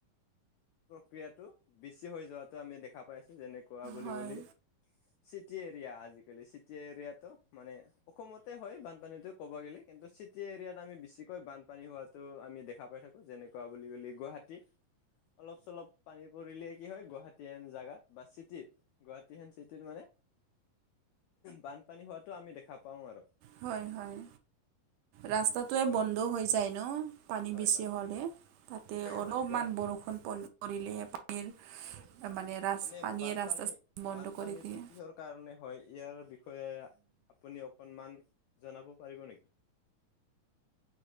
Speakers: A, on the left (about 80°); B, on the right (about 75°).
A: প্ৰক্ৰিয়াটো বেছি হৈ যোৱাটো আমি দেখা পাই আছো যেনে কোৱা বুলি
B: হয়
A: গ'লি চিটি এৰিয়া আজিকালি চিটি এৰিয়াটো মানে অসমতে হয় বানপানীটো ক'ব গ'লে কিন্তু চিটি এৰিয়াত আমি বেছিকৈ বানপানী হোৱাত তো আমি দেখা পাই থাকোঁ যেনেকুৱা বুলি ক'লে গুৱাহাটী অলপ চলপ পানী পৰিলে কি হয় গুৱাহাটী এন জেগাত বা চিটিত গুৱাহাটী হেন চিটিত মানে বানপানী হোৱাটো আমি দেখা পাও আৰ।
B: হয় হয় ৰাস্তাটোৱে
A: গুৱাহাটী
B: বন্ধ হৈ যায় ন। পানী
A: হয়
B: বেছি
A: হয়
B: হ'লে তাতে অলপমান
A: হয় গুৱাহাটী
B: বৰষুণ পন পৰিলে ৰিৰ মানে ৰাচ
A: এনে
B: পানীয়ে
A: বানপানী
B: ৰাস্তা বন্ধ
A: বানপানীটো
B: কৰি দিয়ে।
A: কিহৰ কাৰণে হয় ইয়াৰ বিষয়ে আপুনি অকণমান জনাব পাৰিব নেকি?